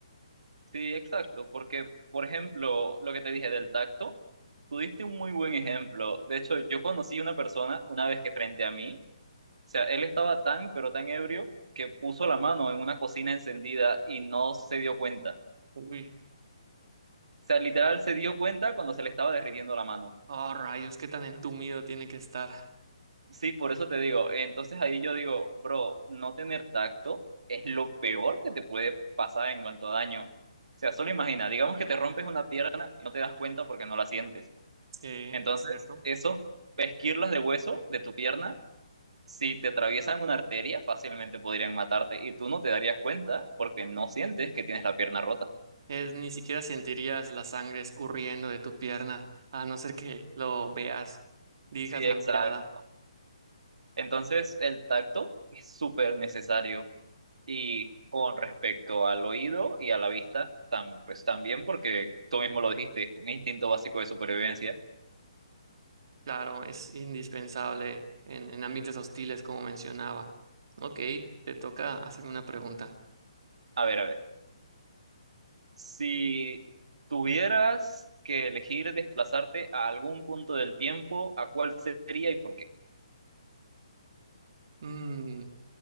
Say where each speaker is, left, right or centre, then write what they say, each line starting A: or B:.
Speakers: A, on the right; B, on the right.
A: Sí, exacto, porque, por ejemplo, lo que te dije del tacto, tú diste un muy buen ejemplo. De hecho, yo conocí una persona una vez que frente a mí, o sea, él estaba tan, pero tan ebrio que puso la mano en una cocina encendida y no se dio cuenta.
B: Uy.
A: O sea, literal se dio cuenta cuando se le estaba derritiendo la mano.
B: Oh, rayos, qué tan entumido tiene que estar.
A: Sí, por eso te digo. Entonces ahí yo digo, bro, no tener tacto es lo peor que te puede pasar en cuanto a daño. O sea, solo imagina, digamos que te rompes una pierna y no te das cuenta porque no la sientes.
B: Sí,
A: Entonces,
B: ¿cierto?
A: eso, esquirlas de hueso de tu pierna, si te atraviesan una arteria, fácilmente podrían matarte y tú no te darías cuenta porque no sientes que tienes la pierna rota.
B: Es, ni siquiera sentirías la sangre escurriendo de tu pierna, a no ser que lo veas, dirijas
A: Sí, exacto.
B: la mirada.
A: Entonces, el tacto es súper necesario. Y con respecto al oído y a la vista, tam- pues también, porque tú mismo lo dijiste, es un instinto básico de supervivencia.
B: Claro, es indispensable en, en ambientes hostiles, como mencionaba. Ok, te toca hacerme una pregunta.
A: A ver, a ver, si tuvieras que elegir desplazarte a algún punto del tiempo, ¿a cuál sería y por qué?
B: Mm,